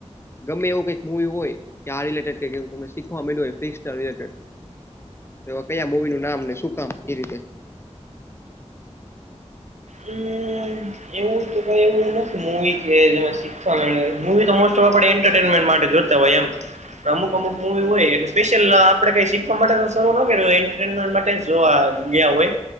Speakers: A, on the left; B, on the right.
A: ગમે એવું કઈક મુવી હોય કે આ રિલેટેડ કંઈક એવું શીખવાયું મળિયું હોય ફીસના રીલેટેડ. તો કયા મુવી નું નામ ને શું કામ એ રીતે!
B: હમ એવું કઈ એવું નથી મવી કે જેમાં શિક્ષા મેળવે. મવી તો મોસ્ટ ઓફ આપણે એન્ટરટેનમેન્ટ માટે જોતા હોય એમ. અમુક
A: હા
B: અમુક મુ વી હોય. સ્પેશલ આપડે કઈ શીખવા માટે શરૂ ન કર્યું હોય ઈન્ટટેનમેન માટે જોવા ગયા હોય.